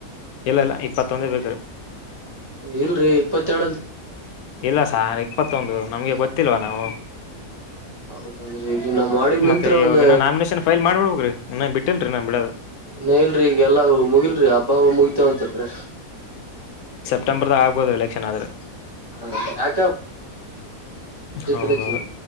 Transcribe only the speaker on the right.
ಇಲ್ಲರಿ ಇಪ್ಪತ್ತೆಡ
ಹೌದೌದ್ರಿ ಇಲ್ಲಿ ನಮ್ ವಾಡಿಗ್ ನಿಂತ್ರ
ಒಂದ
ನ ಇಲ್ರೀ ಈಗಲ್ಲಾ ಮುಗಿಲ್ರಿ ಹಬ್ಬ ಮುಗತೇವಂತಲ್ರಿ
ಹ್ಮ
ಎಲೆಕ್ಷನ್